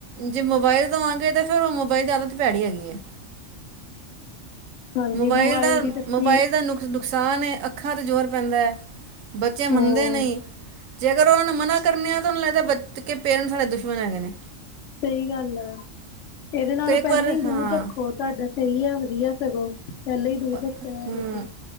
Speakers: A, on the right; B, on the left.
A: ਜੇ ਮੋਬਾਈਲ ਦੇਵਾਂਗੇ, ਤੇ ਫਿਰ ਉਹ ਮੋਬਾਈਲ ਦੀ ਆਦਤ ਤੇ ਭੈੜੀ ਹੈਗੀ ਹੈ।
B: ਹਾਂਜੀ
A: ਮੋਬਾਇਲ ਦਾ,
B: ਦੀ ਸੱਚੀ
A: ਮੋਬਾਇਲ ਦਾ ਨੁਕ ਨੁਕਸਾਨ ਏ, ਅੱਖਾਂ ਤੇ ਜੋਰ ਪੈਂਦਾ ਏ ਬੱਚੇ
B: ਹਮ
A: ਮੰਨਦੇ ਨਹੀਂ, ਜੇਕਰ ਉਹਨਾਂ ਨੂੰ ਮਨਾ ਕਰਨੇ ਆਂ ਤੇ ਉਹਨਾ ਨੂੰ ਲਗਦਾ ਏ ਬਚ ਕਿ ਪੇਰੇਂਟ ਸਾਡੇ ਦੁਸ਼ਮਣ ਹੈਗੇ ਨੇਂ।
B: ਸਹੀ ਗੱਲ ਏ, ਇਹਦੇ ਨਾਲੋਂ
A: ਕਈ ਇੱਕ
B: ਪਹਿਲਾਂ
A: ਵਾਰ
B: ਹੀ ਦੂਰ
A: ਹਾਂ
B: ਰੱਖੋ ਤੁਹਾਡਾ ਸਹੀ ਹੈ, ਵਧੀਆ। ਸਗੋਂ ਪਹਿਲਾਂ ਹੀ ਦੂਰ
A: ਅ
B: ਰੱਖਿਆ ਹੋਇਆ
A: ਹਮ
B: ਤੁਸੀਂ